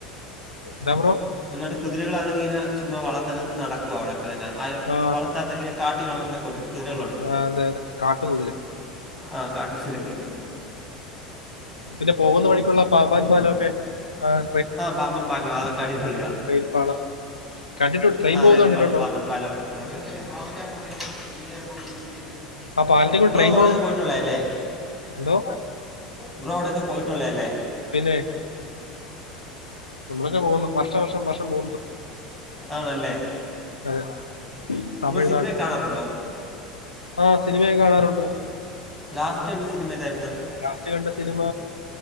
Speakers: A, on the left (about 85°); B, in the centre.
A: ന്താ ബ്രോ
B: ഒരുപാട് കുതിരകളാണെങ്കിങ്ങനെ ചുമ്മാ വളർന്നങ് നടക്കുവാ അവിടെ അതേന ആരും
A: ആ
B: വളർത്താത്തങ്ങനെ കാട്ടി വളരുന്ന കുതി കുതിരകളുണ്ട്
A: ആ, അതെ അതെ കാട്ടുകുതിര
B: ആഹ് കാട്ടു സിരികളുണ്ട്
A: പിന്നെ പോകുന്ന വഴിക്കുള്ള പാമ്പൻ പാലൊക്കെ ആഹ്
B: ആഹ് പാമ്പൻ പാലം അതക്കെ അടിപൊളിയാ
A: ട്രെയിൽ പാളം കണ്ടിട്ട് ട്രെയിൻ
B: ആഹ്
A: പോകുന്ന
B: റെയിൽ
A: കണ്ടിട്ടുണ്ടോ
B: പാലം പാമ്പൻ പാലം അതേപോലെ <unintelligible>
A: ആ പാലത്തിൽ കൂടെ
B: ബ്രോ
A: ട്രെയിൻ
B: അവിടൊക്കെ
A: പോകുന്ന
B: പോയിട്ടുള്ള അല്ലേ
A: എന്തോ
B: ബ്രോ അവിടൊക്ക പോയിട്ടുള്ള അല്ലേ
A: പിന്നെ നമ്മളൊക്കെ പോകുന്നു വർഷം വർഷം വർഷം പോകുന്നുണ്ട്‌
B: ആണ് അല്ലേ
A: അതെ തമിഴ്നാട്
B: സിനിമ കാണാറുണ്ടോ
A: ആഹ് സിനിമയൊക്കെ കാണാറുണ്ട്
B: ലാസ്റ്റ് കണ്ട സിനിമ ഏതായിരുന്നു
A: ലാസ്റ്റ് കണ്ട സിനിമ